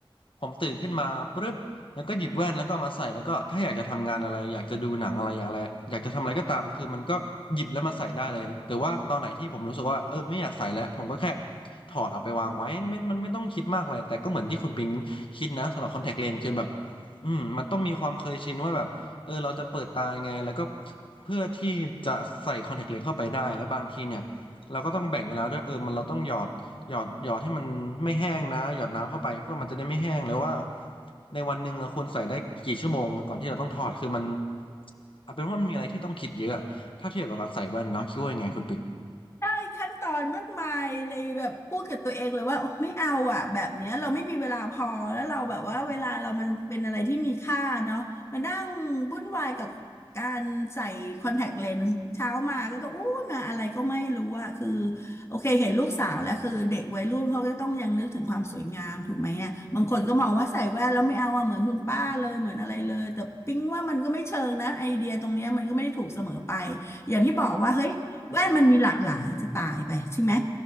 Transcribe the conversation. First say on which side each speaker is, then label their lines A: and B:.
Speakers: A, on the left; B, on the left.
A: ผมตื่นขึ้นมาปุ๊บแล้วก็หยิบแว่นแล้วก็เอามาใส่แล้วก็ถ้าอยากจะทำงานอะไรอยากจะดูหนังอะไรอยากอะไรอยากจะทำอะไรก็ตามคือมันก็หยิบแล้วมาใส่ได้เลยแต่ว่าตอนไหนที่ผมรู้สึกว่าเออไม่อยากใส่แล้วผมก็แค่ถอดเอาไปวางไว้ไม่มันไม่ต้องคิดมากอะไรแต่ก็เหมือนที่คุณปิงคิดนะสำหรับคอนแทคเลนส์คือแบบอืมมันต้องมีความเคยชินว่าแบบ เออเราจะเปิดตายังไงแล้วก็เพื่อที่จะใส่คอนแทคเลนส์เข้าไปได้แล้วบางทีเนี่ยเราก็ต้องแบ่งเวลาด้วยเออมันเราต้องหยอดหยอดหยอดให้มันไม่แห้งนะหยอดน้ำเข้าไปเพื่อมันจะได้ไม่แห้งแล้วว่าในวันหนึ่งเราควรใส่ได้กี่ชั่วโมงก่อนที่เราต้องถอดคือมันเอาเป็นว่ามันมีอะไรที่ต้องคิดเยอะถ้าเทียบกับการใส่แว่นเนาะคิดว่ายังไงคุณปิง
B: ได้ขั้นตอนมากมายเลยแบบพูดกับตัวเองเลยว่าโอไม่เอาอ่ะแบบเนี้ยเราไม่มีเวลาพอแล้วเราแบบว่าเวลาเรามันเป็นอะไรที่มีค่าเนาะมานั่งวุ่นวายกับการใส่คอนแทคเลนส์เช้ามาก็ต้องอู้มาอะไรก็ไม่รู้อ่ะคือโอเคเห็นลูกสาวแล้วคือเด็กวัยรุ่นเขาก็ต้องยังนึกถึงความสวยงามถูกไหมอ่ะบางคนก็มองว่าใส่แว่นแล้วไม่เอาอ่ะเหมือนคุณป้าเลยเหมือนอะไรเลยแต่ปิ๊งว่ามันก็ไม่เชิงนะไอเดียตรงเนี้ยมันก็ไม่ได้ถูกเสมอไปอย่างที่บอกว่าเฮ้ย แว่นมันมีหลากหลายจะตายไปใช่ไหม